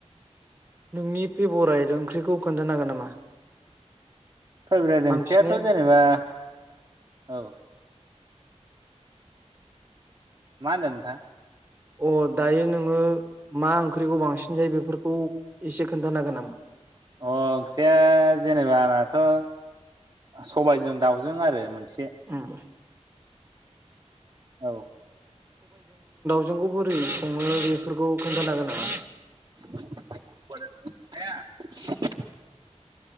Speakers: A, on the right; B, on the right.
A: नोंनि पेबराइड ओंख्रिखौ खोन्थानो हागोन नामा??
B: फेभ्रेट
A: बांसिनै
B: ओंख्रियाथ' जेनेबा औ मा होनदों नोंथां?
A: अ दायो नोङो मा ओंख्रिखौ बांसिन जायो बेफोरखौ एसे खोन्थानो हांगोन नामा?
B: अ ओंख्रिया जेनेबा आंनाथ' सबायजों दाउजों आरो मोनसे
A: ओम
B: औ
A: ओंख्रैखौ बोरै सङो बेफोरखौ खोन्थानो हांगोन नामा?
B: <unintelligible>